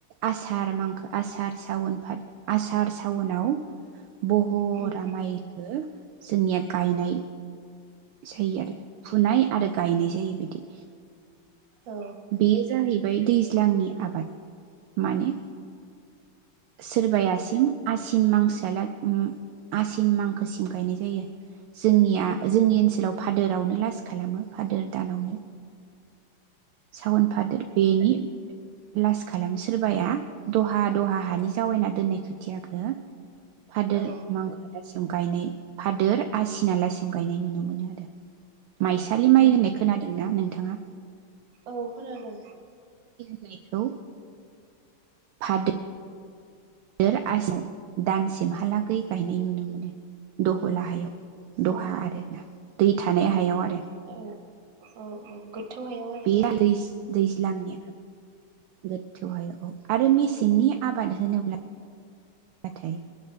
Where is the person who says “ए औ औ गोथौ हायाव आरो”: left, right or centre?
Right